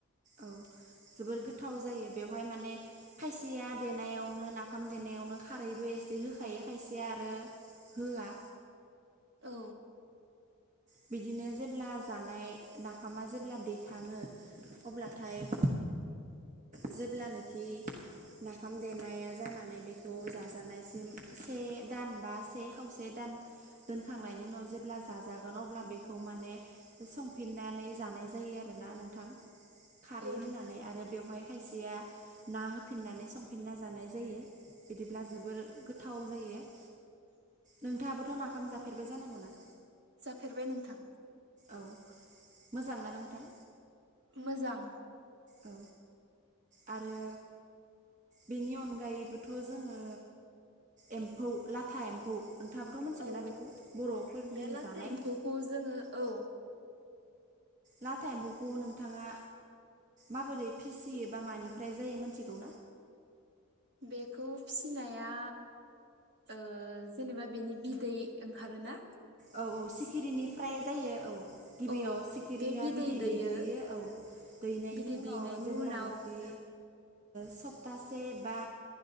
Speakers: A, on the right (about 35°); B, on the right (about 55°).
A: औ जोबोर गोथाव जायो बेवहाय माने खायसेया देनायावनो नाफाम देनायावनो खारैबो। एसे होखायो खायसे आरो होआ।
B: औ
A: बिदिनो जेब्ला जानाय नाफामा जेब्ला देखाङो अब्लाथाय।
B: <inaudible>
A: जेब्लानाखि नाफाम देनाया जानानै बेखौ जाजानायसिम से दान बा से खावसे दान दोनखांनायनि उनाव जेब्ला जाजा गोन अब्ला बेखौ माने संफिननानै जानाय जायो आरोना नोंथां। खारै होनानै
B: नोंथां
A: आरो बेवहाय खायसेया ना होफिननानै संफिनना जानाय जायो। बिदिब्ला जोबोर गोथाव जायो।
B: <inaudible>
A: नोंथाङाबोथ' नाफाम जाफेरबाय जानांगौ ना?
B: फेरबाय नोंथां
A: औ मोजांना नोंथां
B: मोजां
A: औ आरो बेनि अनगायैबोथ' जोङो एम्फौ ला लाथा एम्फौ नोंथाङाबोथ' मोनथिगोन
B: औ
A: ना बेखौ बर'फोरनि
B: बे लाथा
A: जानाय
B: एम्फौखौ जोङो औ
A: लाथा एम्फौखौ नोंथाङा माबोरै फिसियो बा मानिफ्राय जायो मोनथिगौ
B: बेखौ फिनाया ओ जेनेबा बेनि बिदै ओंखारोना
A: औ औ सिखिरिनिफ्राय जायो औ गिबियाव
B: औ
A: सिखिरिया
B: बे
A: बिदै
B: दैयो
A: दैग्रोयो औ दैनायनि
B: बिदै
A: उनाव
B: दैनायनि
A: जेब्लानाखि
B: उनाव
A: सप्तासे बा